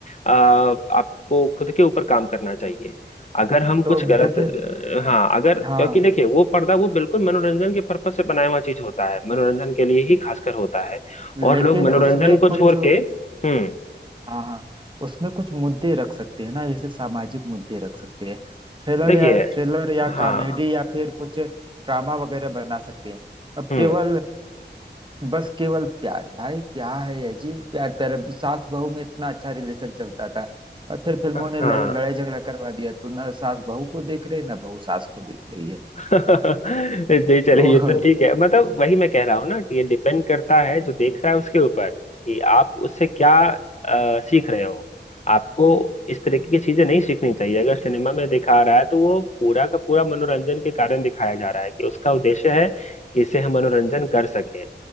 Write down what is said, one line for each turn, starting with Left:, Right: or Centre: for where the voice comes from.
Left: आ, आपको खुद के ऊपर काम करना चाहिए अगर हम
Right: तो
Left: कुछ गलत
Right: देखिए
Left: अ, हाँ अगर क्योंकि
Right: हाँ
Left: देखिए वो पर्दा वो बिल्कुल मनोरंजन के पर्पज से बनाया हुआ चीज होता है मनोरंजन के लिए ही खासकर होता है और
Right: लेकिन
Left: लोग मनोरंजन
Right: उसमें
Left: को
Right: कुछ
Left: छोड़ के हम्म
Right: हाँ हाँ उसमें कुछ मुद्दे रख सकते हैं ना जैसे सामाजिक मुद्दे रख सकते हैं थ्रिलर
Left: देखिए
Right: या थ्रिलर या
Left: हाँ
Right: कॉमेडी या फिर कुछ ड्रामा वगैरह बना सकते हैं अब
Left: हम्म
Right: केवल बस केवल प्यार भाई क्या है ये जी प्यार प्यार अब सास बहू में इतना अच्छा रिलेशन चलता था और फिर फिल्मों
Left: हाँ
Right: ने लड़, लड़ाई झगड़ा करवा दिया तो ना सास बहू को देख रही है ना बहू सास को देख रही है
Left: <laughs> जी चले
Right: तो
Left: ये
Right: <laughs>
Left: तो ठीक है मतलब वही मैं कह रहा हूँ ना कि ये डिपेंड करता है जो देख रहा है उसके ऊपर कि आप उससे क्या अ, सीख रहे हो आपको इस तरीके की चीजें नहीं सीखनी चाहिए अगर सिनेमा में दिखा रहा है तो वो पूरा का पूरा मनोरंजन के कारण दिखाया जा रहा है कि उसका उद्देश्य है कि इससे हम मनोरंजन कर सके